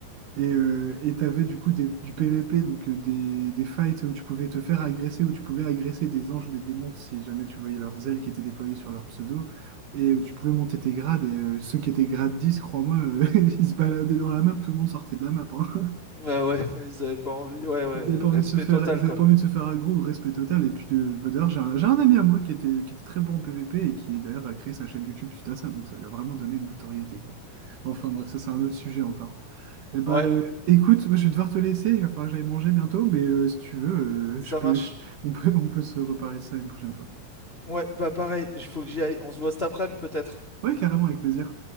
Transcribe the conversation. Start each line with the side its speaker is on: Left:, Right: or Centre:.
Right: Et euh, et t'avais du coup des- du PVP, donc euh, des, des fights où tu pouvais te faire agresser, où tu pouvais agresser des anges ou des démons si jamais tu voyais leurs ailes qui étaient déployées sur leur pseudo. Et
Left: Mhm.
Right: euh, tu pouvais monter tes grades. Et euh, ceux qui étaient grade 10 crois-moi, euh, <laughs> ils se baladaient dans la map, tout le monde sortait de la map. hein.
Left: Ouais, ouais, <laughs> ils avaient pas envie. Ouais, ouais,
Right: Ils avaient pas
Left: respect
Right: envie de se faire,
Left: total,
Right: ils avaient
Left: quoi.
Right: pas envie de se faire aggro, respect total. Et puis de- bah, d'ailleurs, j'ai un, j'ai un ami à moi qui était, qui était très bon en PVP et qui d'ailleurs a créé sa chaîne YouTube suite à ça. Donc ça lui a vraiment donné une notoriété, quoi. Enfin
Left: Mm,
Right: bref,
Left: mm.
Right: ça c'est un autre sujet encore. Et bah,
Left: Ouais,
Right: euh, écoute, moi je vais devoir te laisser, il va falloir que j'aille manger bientôt, mais euh, si tu veux,
Left: ça
Right: euh, je peux,
Left: marche.
Right: <laughs> on peut, on peut se reparler de ça une prochaine fois.
Left: Ouais, bah pareil, il faut que j'y aille. On se voit cet après-midi, peut-être.
Right: Ouais, carrément, avec plaisir.